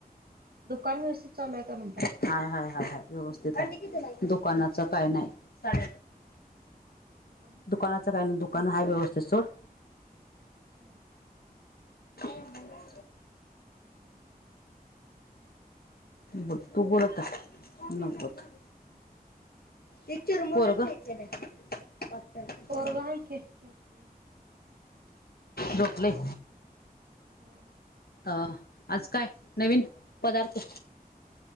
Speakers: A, on the right (about 70°); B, on the left (about 75°).
A: दुकान व्यवस्थित चालू आहे का म्हंटल
B: हाय हाय हाय व्यवस्थित आहे दुकानाच काय नाही
A: दुकानातच
B: दुकानाचं
A: आहेस आता
B: काही ना दुकान हाय व्यवस्थित सोड
A: हा
B: <unintelligible>
A: हम्
B: ब तू बोल आता नत
A: <inaudible>
B: ये चिरमुर पोरग
A: काय
B: अच्छ
A: पोरगं आहे की झोपलंय
B: झोपलय
A: हो
B: अ आज काय नवीन
A: आता
B: पदार्थ